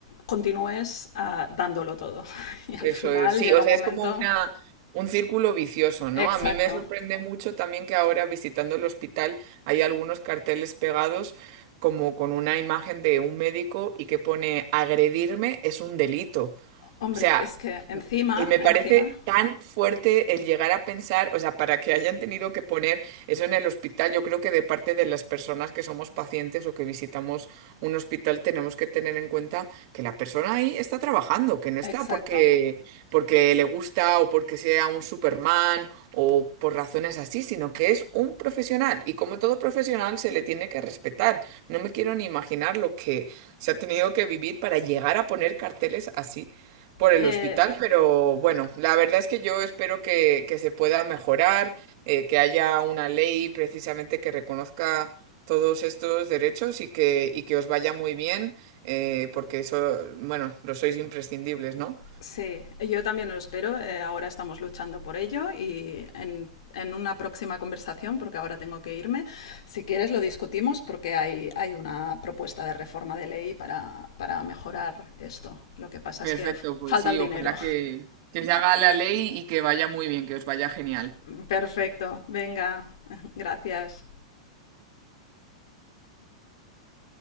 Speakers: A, on the left; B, on the right.
A: continúes uh, dándolo todo. <laughs> Y al
B: Eso
A: final
B: es, sí,
A: llega
B: o
A: un
B: sea,
A: momento.
B: es como una, un círculo vicioso, ¿no?
A: Exacto.
B: A mí me sorprende mucho también que ahora visitando el hospital hay algunos carteles pegados como con una imagen de un médico y que pone agredirme es un delito.
A: Hombre,
B: O sea,
A: es que encima,
B: y me
A: encima,
B: parece tan fuerte el llegar a pensar, o sea, para que hayan tenido que poner eso en el hospital, yo creo que de parte de las personas que somos pacientes o que visitamos un hospital tenemos que tener en cuenta que la persona ahí está trabajando, que no está
A: exacto.
B: porque, porque le gusta o porque sea un Superman o por razones así, sino que es un profesional y como todo profesional se le tiene que respetar. No me quiero ni imaginar lo que se ha tenido que vivir para llegar a poner carteles así por el
A: Eh,
B: hospital, pero bueno, la verdad es que yo espero que, que se pueda mejorar, eh, que haya una ley precisamente que reconozca todos estos derechos y que, y que os vaya muy bien, eh, porque eso, bueno, lo sois imprescindibles, ¿no?
A: Sí, yo también lo espero. eh, ahora estamos luchando por ello y en, en una próxima conversación, porque ahora tengo que irme, si quieres lo discutimos porque hay, hay una propuesta de reforma de ley para, para mejorar esto. Lo que pasa
B: Perfecto,
A: es que f-
B: pues
A: falta
B: sí,
A: el dinero.
B: ojalá que, que se haga la ley y que vaya muy bien, que os vaya genial.
A: <laughs> Perfecto, venga, <laughs> gracias.